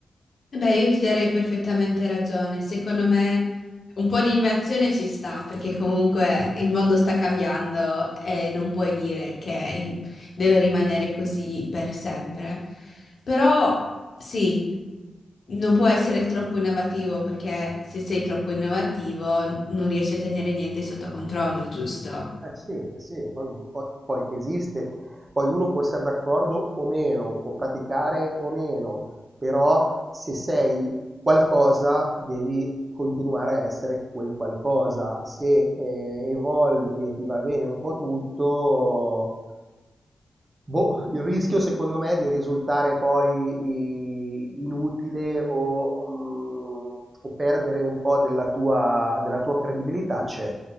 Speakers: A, on the left (about 55°); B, on the right (about 35°).
A: Eh Beh, io ti darei perfettamente ragione. Secondo me un po' di innovazione ci sta, perché comunque il mondo sta cambiando e non puoi dire che il- deve rimanere così per sempre. Però sì, non può essere troppo innovativo, perché se sei troppo innovativo non riesci a tenere niente sotto controllo, giusto?
B: Eh sì, eh sì, poi poi poi esiste poi uno può essere d'accordo o meno, può praticare o meno, però se sei qualcosa devi continuare a essere quel qualcosa. Se eh, evolvi e ti va bene un po' tutto, boh, il rischio secondo me è di risultare poi i- inutile o, mm, o perdere un po' della tua, della tua credibilità c'è.